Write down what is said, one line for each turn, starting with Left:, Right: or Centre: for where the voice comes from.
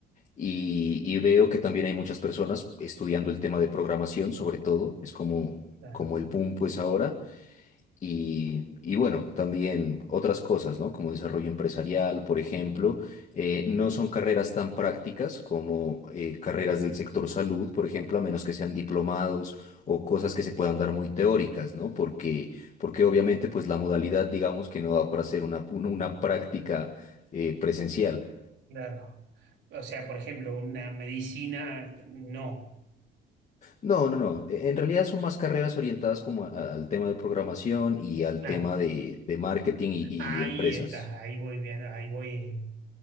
Left: y, y veo que también hay muchas personas estudiando el tema de programación, sobre todo. Es como,
Right: claro,
Left: como el boom pues ahora. Y, y bueno, también otras cosas, ¿no? Como desarrollo empresarial, por ejemplo, eh, no son carreras tan prácticas como eh, carreras del sector salud, por ejemplo, a menos que sean diplomados o cosas que se puedan dar muy teóricas, ¿no? Porque, porque obviamente, pues la modalidad, digamos que no da para hacer una, un- una práctica eh, presencial.
Right: claro. O sea, por ejemplo, una medicina, no.
Left: No, no, no. E- En realidad son más carreras orientadas como a- a- al tema de programación y al
Right: Claro,
Left: tema de, de marketing y y
Right: ahí
Left: empresas.
Right: estás, ahí voy viendo, ahí voy,